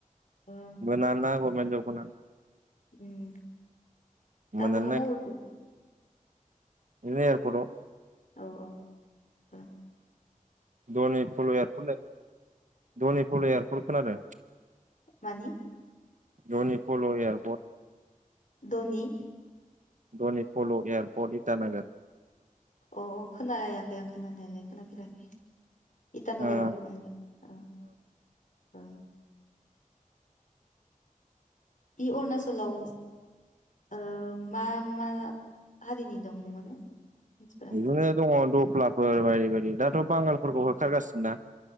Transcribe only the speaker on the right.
मोनाना गबमेन जबखौनो
मोननो
<unintelligible> एयारपर्ट आव
धनि फल एयारपर्ट धनि फल एयारपर्ट खोनादों।
धनि पल' एयारपर्ट।
डनि फल' एयारपर्ट इटानगर।
ओ
बिदिनो दङ दफ्लाफोर बायदि बायदि दाथ'। बांगालफोरखौ
होखारगासिनोना